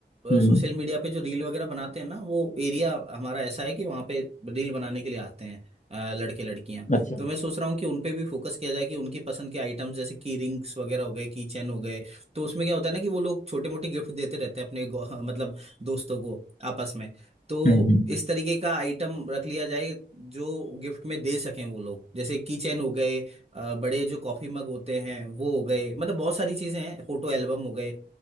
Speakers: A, on the left; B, on the right.
A: हम्म
B: सोशल मीडिया पे जो रील वगैरह बनाते हैं ना वो एरिया हमारा ऐसा है कि वहाँ पे रील बनाने के लिए आते हैं अ, लड़के लड़कियां
A: अच्छा
B: तो मैं सोच रहा हूँ कि उन पे भी फोकस किया जाए कि उनकी पसंद के आइटम्स जैसे की रिंग्स वगैरह हो गए की चैन हो गए तो उसमें क्या होता है ना कि वो लोग छोटे मोटे गिफ्ट देते रहते हैं अपने गौ- मतलब दोस्तों को आपस में तो
A: हम्म हम्म, हम्म।
B: इस तरीके का आइटम रख लिया जाए जो गिफ्ट में दे सकें वो लोग जैसे की चेन हो गए अ, बड़े जो कॉफी मग होते हैं वो हो गए मतलब बहुत सारी चीजें हैं फोटो एल्बम हो गए